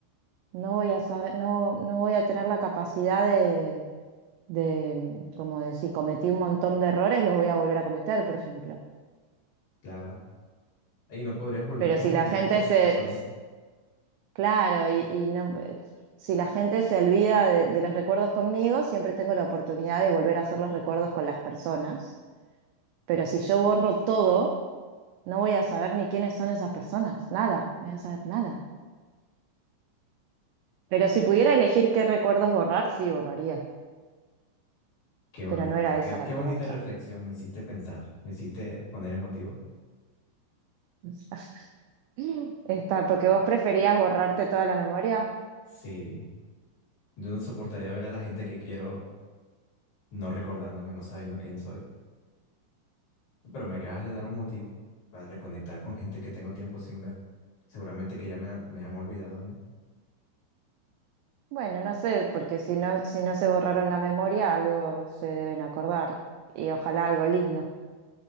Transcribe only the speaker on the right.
no voy a saber, no, no voy a tener la capacidad de, de, mm, como decir, cometí un montón de errores, los voy a volver a cometer, por ejemplo.
Pero
si la gente
se,
se- claro, y, y no, eh, si la gente se olvida de, de los recuerdos conmigo, siempre tengo la oportunidad de volver a hacer los recuerdos con las personas. Pero si yo borro todo, no voy a saber ni quiénes son esas personas, nada, no voy a saber nada. Pero si pudiera elegir qué recuerdos borrar, sí borraría.
Pero no era esa
la
pregunta.
<laughs> Está, porque vos preferías borrarte toda la memoria.
Bueno, no sé, porque si no, si no se borraron la memoria, algo se deben acordar. Y ojalá algo lindo.